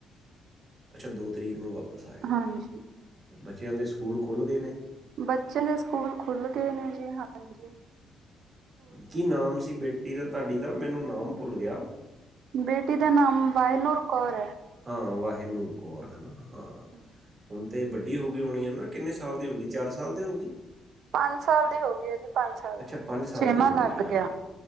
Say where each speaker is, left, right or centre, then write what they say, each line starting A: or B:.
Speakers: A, on the right; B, on the right.
A: ਅੱਛਾ ਦੋ ਤਰੀਕ ਨੂੰ ਵਾਪਸ ਆਏ ਹੋ।
B: ਹਾਂਜੀ।
A: ਬੱਚਿਆਂ ਦੇ ਸਕੂਲ ਖੁਲ ਗੇ ਨੇ
B: ਬੱਚੇ ਦੇ ਸਕੂਲ ਖੁੱਲ ਗਏ ਨੇ ਜੀ ਬੱਚੇ ਨੇ ਸਕੂਲ ਖੁੱਲ ਗਏ ਨੇ ਜੀ
A: ਕੀ ਨਾਮ ਸੀ ਬੇਟੀ ਦਾ ਤੁਹਾਡੀ ਦਾ ਮੈਨੂੰ ਨਾਮ ਭੁੱਲ ਗਿਆ
B: ਬੇਟੀ ਦਾ ਨਾਮ ਵਾਇਨੂਰ ਕੌਰ ਏ।
A: ਹਾ ਵਹੇਨੂਰ ਕੌਰ ਹਾ।
B: ਹਮ
A: ਹੁਣ ਤੇ ਵੱਡੀ ਹੋ ਗਈ ਹੋਣੀ ਹ ਨਾ ਕਿਨੀ ਹੋਗੀ ਚਾਰ ਸਾਲ ਦੀ ਹੋਗੀ।
B: ਪੰਜ ਸਾਲ ਦੀ ਹੋ ਗਈ ਹ ਜੀ ਪੰਜ ਸਾਲ
A: ਅੱਛਾ
B: ਦੀ
A: ਸਾਲ
B: ਛੇਵਾਂ
A: ਦੀ ਹੋ
B: ਲੱਗ
A: ਗਈ ਹਾਂ
B: ਗਿਆ